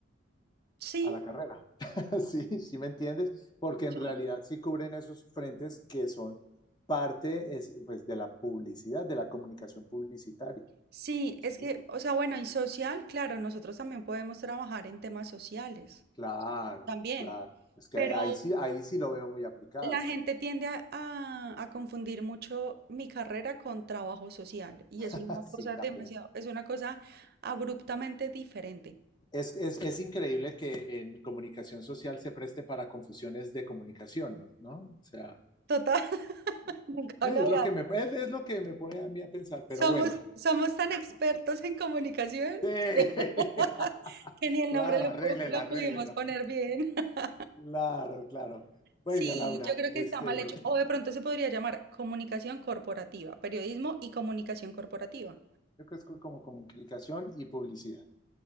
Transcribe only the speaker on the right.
sí,
sí,
sí,
es que, o sea, bueno, y social, claro, nosotros también podemos trabajar en temas sociales,
también,
pero
La gente tiende a, a- a confundir mucho mi carrera con trabajo social y
es una cosa
demasiado, es una cosa abruptamente diferente.
Total, <laughs> nunca
lo había.
Somos,
somos tan expertos en comunicación
<laughs> que ni el
nombre lo,
pu- lo
pudimos poner bien. <laughs>
Sí,
yo creo
que está mal hecho. O de pronto se podría llamar comunicación corporativa, periodismo y comunicación corporativa.